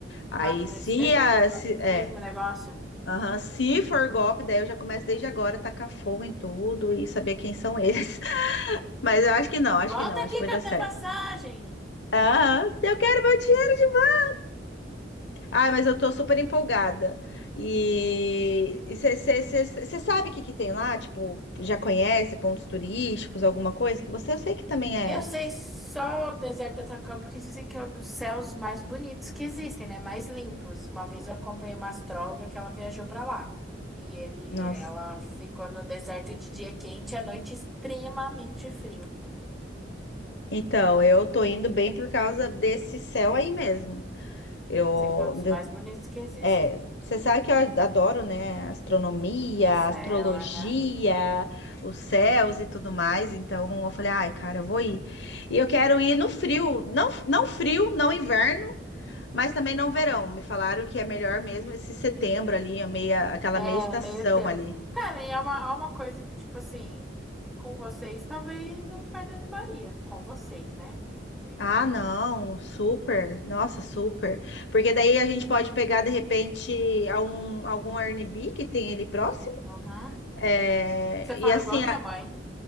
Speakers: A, on the left (about 65°); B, in the centre.
A: Aí,
B: Ah, para
A: se
B: esse mesmo,
A: a,
B: lugar-
A: se,
B: esse
A: é,
B: mesmo negócio.
A: Aham, Se for golpe, daí eu já começo desde agora a tacar fogo em tudo e saber quem são eles. <laughs> Mas eu acho que não, acho
B: Volta
A: que não, acho
B: aqui
A: que vai
B: com
A: dar
B: a minha
A: certo.
B: passagem.
A: Aham, eu quero meu dinheiro de volta. Ai, mas eu tô super empolgada. E você sabe o que que tem lá? Tipo, já conhece pontos turísticos, alguma coisa? Que você eu sei que também é.
B: Eu sei só o deserto do Atacama, porque dizem que é um dos céus mais bonitos que existem, né? Mais limpos. Uma vez eu acompanhei uma astróloga que ela viajou pra lá. E ele,
A: Nossa.
B: ela ficou no deserto de dia quente e à noite extremamente frio.
A: Então, eu tô indo bem por causa desse céu aí mesmo. Eu
B: Dizem que é um dos mais bonitos que existem.
A: É, você sabe que eu adoro, né? Astronomia,
B: Céu,
A: astrologia,
B: aham.
A: os céus e tudo mais. Então eu falei, ai, cara, eu vou ir. E eu quero ir no frio, não, não frio, não inverno, mas também não verão. Me falaram que é melhor mesmo esse setembro ali, a meia, aquela
B: É,
A: meia estação
B: meio termo.
A: ali.
B: Cara, e é uma, é uma coisa que, tipo assim, com vocês, talvez eu me perdone Maria. Com vocês, né? Bem
A: Ah,
B: claro.
A: não, super, nossa, super. Porque daí a gente pode pegar de repente algum, algum Airbnb que tem ali próximo.
B: Uhum.
A: É,
B: Você fala
A: e assim,
B: igual a minha
A: a
B: mãe.